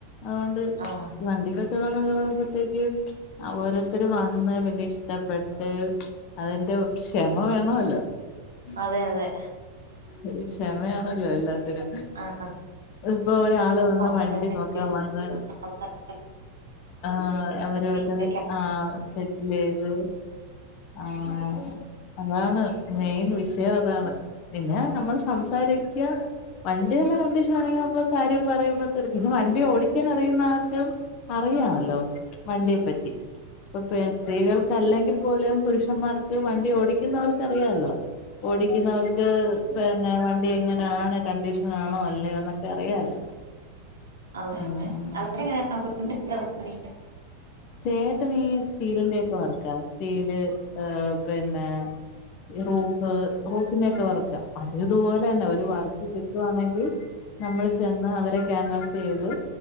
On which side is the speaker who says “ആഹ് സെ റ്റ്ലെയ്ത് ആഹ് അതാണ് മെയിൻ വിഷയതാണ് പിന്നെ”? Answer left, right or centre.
Left